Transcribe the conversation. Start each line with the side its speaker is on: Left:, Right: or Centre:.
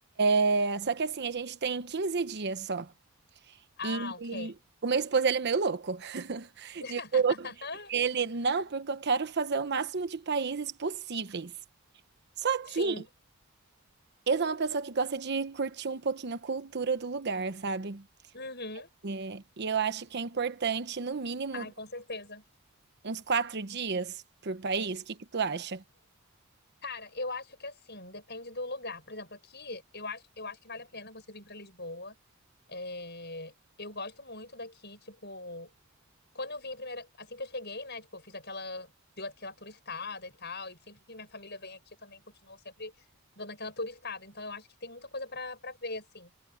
Right: É, só que assim, a gente tem 15 dias só.
Left: Ah,
Right: E
Left: ok.
Right: o meu esposo, ele é meio louco. <laughs>
Left: <laughs>
Right: Tipo, ele, não, porque eu quero fazer o máximo de países possíveis. Só
Left: Sim.
Right: que ele é uma pessoa que gosta de curtir um pouquinho a cultura do lugar, sabe?
Left: Uhum.
Right: É, e eu acho que é importante, no mínimo,
Left: Ai, com certeza.
Right: uns quatro dias por país. O que que tu acha?
Left: Cara, eu acho que assim, depende do lugar. Por exemplo, aqui, eu acho, eu acho que vale a pena você vir pra Lisboa. É, Eu gosto muito daqui, tipo. Quando eu vim a primeira, assim que eu cheguei, né, tipo, eu fiz aquela, deu aquela turistada e tal, e sempre que minha família vem aqui, eu também continuo sempre dando aquela turistada. Então eu acho que tem muita coisa pra para ver, assim.